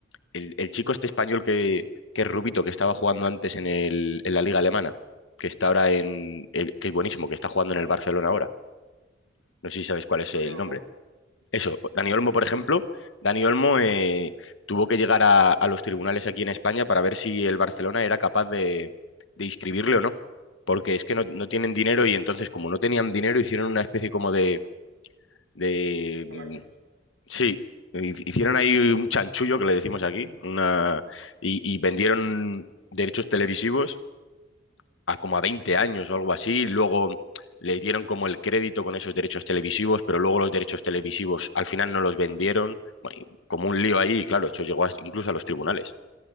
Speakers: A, on the left; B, on the right.
A: el, el chico este español que, que es Rubito, que estaba jugando antes en, el, en la liga alemana, que está ahora en, el- que es buenísimo, que está jugando en el Barcelona ahora. No sé si sabes cuál es
B: Dani
A: el
B: Olmo,
A: nombre. Eso, Dani Olmo, por ejemplo, Dani Olmo eh, tuvo que llegar a, a los tribunales aquí en España para ver si el Barcelona era capaz de, de inscribirle o no. Porque es que no, no tienen dinero y entonces, como no tenían dinero, hicieron una especie como de, de,
B: Palancas.
A: Sí, hi- hicieron ahí un chanchullo que le decimos aquí, una... y, y vendieron derechos televisivos a como a 20 años o algo así, y luego le dieron como el crédito con esos derechos televisivos, pero luego los derechos televisivos al final no los vendieron, Bueno, y como un lío ahí, y claro, eso llegó hasta- incluso a los tribunales,